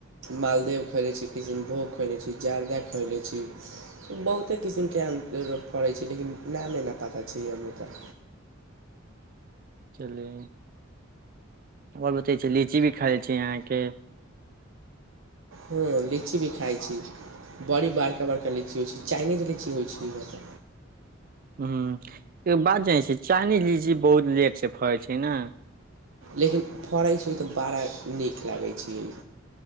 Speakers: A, on the right; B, on the right.
A: मालदे खैले छी किृशनभोग खैले छी जाारदाे खैले छी। बहुते किसमके अम ज फड़ै छै लेकिन ल ल ल पता छै हम त।
B: चलि आओर बतै छै लीची भी खाइ छी अहाँके।
A: हँ लीची भी खाइ छी बड़ी बड़का बड़का लीची होइ छै। चाइनीजके लीची होइ छै इके।
B: ह। एगो बात जानै छी चाइनीज लीची बहुत लेट से फड़ै छै ने
A: लेकिन फड़ै छै ओ तऽ बारह। नीक लागै छै।